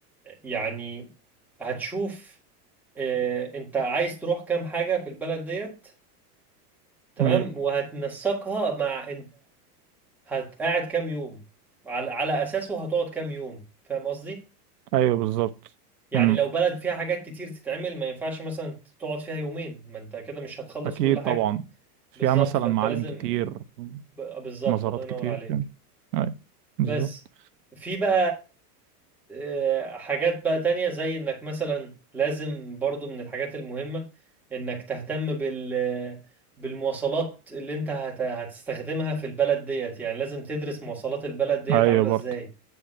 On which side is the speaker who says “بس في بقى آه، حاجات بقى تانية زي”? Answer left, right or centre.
Centre